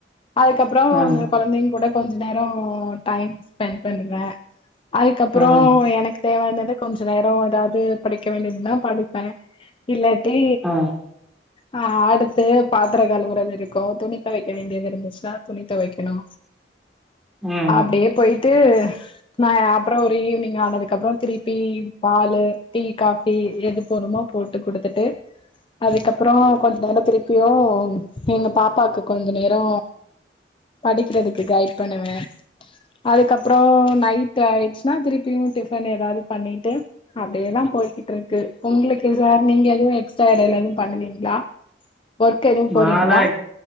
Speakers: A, on the left (about 30°); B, in the centre.
A: அதுக்கப்றோ
B: ம்
A: அவுங்க கொழந்தைங் கூட கொஞ்ச நேரோ டைம் ஸ்பெண் பண்ணுவ அதுக்கப்றோ
B: ம்
A: எனக் தேவாயானத கொஞ்ச நேரோ எதாவ்து படிக்க வேண்டியதுனா படிப்ப இல்லாட்டி
B: ம்
A: ஆ அடுத்து பாத்ர கழுவுரது இருக்கு துணி தொவைக்க வேண்டியது இருந்துச்சுன்னா துணி தொவைக்கணு
B: ம்
A: அப்டே பொயிட் ட்டு நா அப்றோ ஒரு ஈவ்னிங் ஆனதுக்கு அப்றோ திருப்பி பாலு டீ காஃபி எது போட்ணுமோ போட்டு குடுத்துட்டு அதுக்கப்றோ கொஞ்ச நேரோ திருப்பியு எங்க பாப்பாக்கு கொஞ்ச நேரோ படிக்றதுக்கு ஹைட் பண்ணுவ அதுக்கப்றோ நைட் ஆய்ச்சுனா திருப்பியு டிஃபன் எதாது பண்ணீட்டு அப்டியேதா போய்க்கிட்டு இருக்கு உங்ளுக்கு சார் நீங்க எதுவு எக்ஸ்ட்ரா எடைல எதுவு பண்ணுவீங்ளா ஒர்க் எது போறீங்ளா
B: நாலா